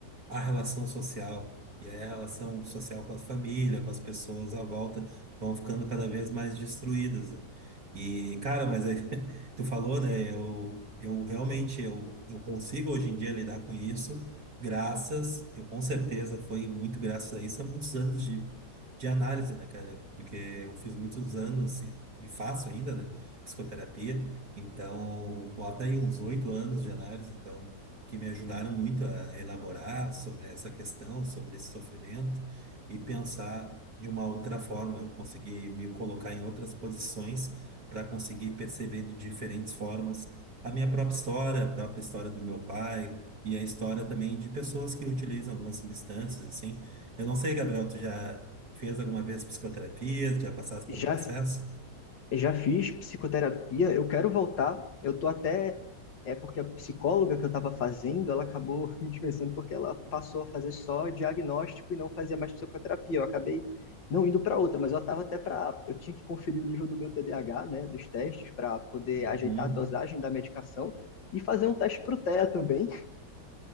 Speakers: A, on the right; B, on the left.
A: a relação social. E aí a relação social com a família, com as pessoas à volta, vão ficando cada vez mais destruídas. né? E, cara, mas aí, <laughs> tu falou, né? Eu, eu realmente eu, eu consigo hoje em dia lidar com isso, graças, eu com certeza foi muito graças a isso, há muitos anos de, de análise, né, cara? Porque eu fiz muitos anos e, e faço ainda, né? Psicoterapia. Então, bota aí uns oito anos de análise, então que me ajudaram muito a elaborar sobre essa questão, sobre esse sofrimento e pensar de uma outra forma, conseguir me colocar em outras posições para conseguir perceber de diferentes formas a minha própria história, a própria história do meu pai e a história também de pessoas que utilizam algumas substâncias, assim. Eu não sei, Gabriel, tu já fez alguma vez psicoterapia, já passaste
B: já,
A: por um processo?
B: já fiz psicoterapia, eu quero voltar. Eu tô até. É porque a psicóloga que eu estava fazendo, ela acabou <laughs> me dispensando porque ela passou a fazer só diagnóstico e não fazia mais psicoterapia. Eu acabei não indo para outra, mas eu estava até para. Eu tinha que conferir o nível do meu TDAH, né, dos testes, para poder
A: Uhum.
B: ajeitar a dosagem da medicação e fazer um teste para o TEA também.